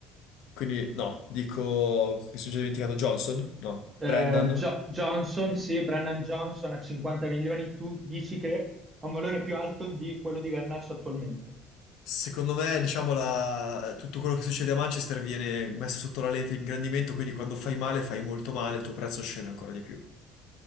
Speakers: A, on the left; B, on the right.
A: quindi no, dico, mi sono già dimenticato Johnson, no,
B: Eh,
A: Brendan.
B: Jo- Johnson, sì, Brennan Johnson a 50 milioni, tu dici che ha un valore più alto di quello di Garnacho attualmente,
A: Secondo me, diciamo, la- tutto quello che succede a Manchester viene messo sotto la lente di ingrandimento, quindi quando fai male, fai molto male, il tuo prezzo scende ancora di più.